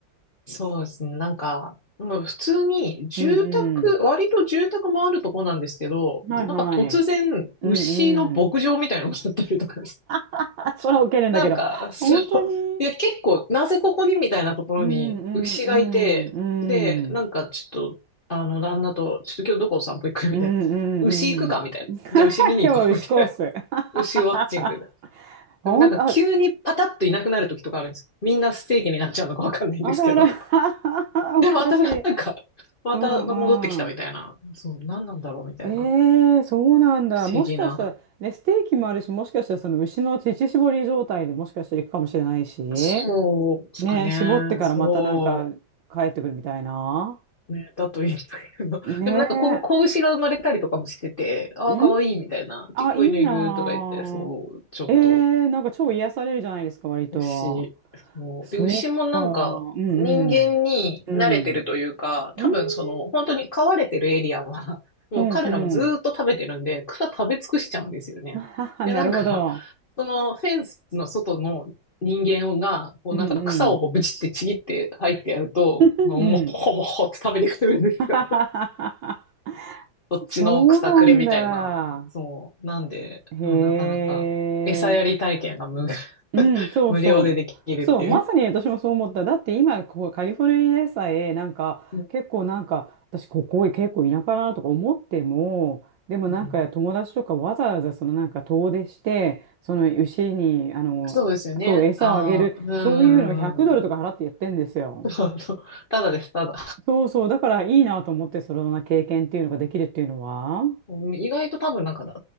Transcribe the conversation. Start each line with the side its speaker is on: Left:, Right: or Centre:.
Left: そうですね。なんか、もう普通に住宅、
Right: うんう
Left: 割と住宅もあるとこなんですけど、
Right: ん。
Left: なんか突然牛の牧場みたいなのがあったりとかです。
Right: はいはい。うんうん。<laughs> それは受けるんだけど。
Left: なんか、そう、
Right: 本当に。
Left: いや結構、なぜここにみたいなところに牛がいて、
Right: うんうんうんうん。
Left: で、なんかちょっと、あの、旦那と、ちょっと今日どこお散歩行くみたいな。
Right: うんうんうん。
Left: 牛行くかみたいな。
Right: <laughs>
Left: じゃあ牛見に行こうみたいな。
Right: 今日は牛コース。
Left: <laughs> 牛ウォッチングで。
Right: <laughs> 本当、
Left: でもなんか急にパタッといなくなる時とかあるんです。
Right: あ、
Left: みんなステーキになっちゃうのかわかんないんですけど。
Right: あらあら。<laughs>
Left: <laughs> で、
Right: おかしい。
Left: またなんか、また戻ってきたみたいな。
Right: うんうん。
Left: そう、何なんだろうみたいな。
Right: ええそうなんだ。
Left: 不思議な。
Right: もしかしたら、ね、ステーキもあるし、もしかしたらその牛の乳搾り状態でもしかしたら行くかもしれないし、
Left: そうですかね。
Right: ね、絞ってからまたなんか帰ってくるみたいな。
Left: そう。ね、だといいんだけど。<laughs>
Right: ね
Left: でもなんかこう、子牛が生まれたりとかもしてて、ああ、
Right: え。うん、
Left: かわいいみたいな。
Right: あ、
Left: ちっこいのいるとか言って、
Right: いいなあ。
Left: そう、ちょっと
Right: ええなんか超癒されるじゃないですか、割と。
Left: 牛。そう。
Right: そっか。
Left: で、牛もなんか、
Right: うん
Left: 人間に慣れてるというか、
Right: うん。うん。うん、
Left: 多分その、本当に飼われてるエリアは、<laughs> もう彼らもずーっと食べてるんで、
Right: うん、うん。
Left: 草食べ尽くしちゃうんですよね。
Right: <laughs> あははなるほど。
Left: で、なんか、そのフェンスの外の人間が、こうなんか草をこうブチってちぎって入ってやると、
Right: うんうん。うん。<laughs>
Left: もうもほもほって食べてくるんですよ。
Right: うん。ははははは
Left: <laughs> そっちの草くれみたいな。
Right: そうなんだ。
Left: そう。なんで、
Right: へえ。
Left: なかなか餌やり体験が無、<laughs>
Right: うん、そうそう。
Left: 無料でできるっていう。
Right: そう、まさに私もそう思った。だって今、ここカリフォルニアでさえ、なんか、
Left: うん
Right: 結構なんか、私ここ結構田舎だなとか思っても、でもなんか友達とかわざわざそのなんか遠出して、
Left: うん
Right: その牛に、あの、
Left: そうですよね。
Right: そう、餌をあげる、
Left: ああ、うんうんうんうん。
Right: そういうのを100ドルとか払ってやってんですよ。
Left: <laughs> そうそうただです、ただ。
Right: そうそう、だからいいなと思って、そのような経験っていうのができるっていうのは。
Left: うん意外と多分なんかだ、